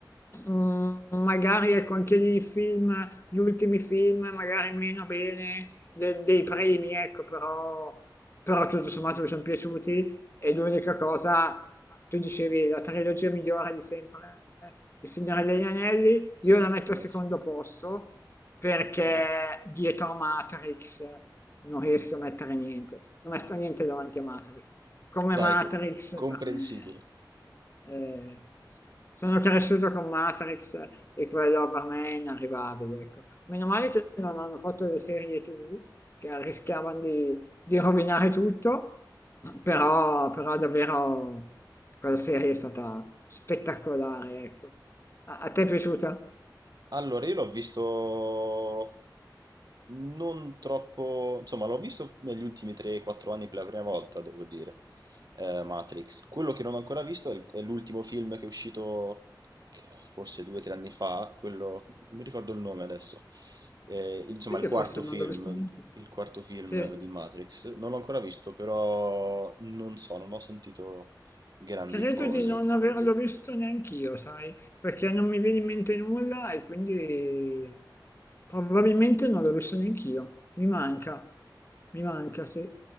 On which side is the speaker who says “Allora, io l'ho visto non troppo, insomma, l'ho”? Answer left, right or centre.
Right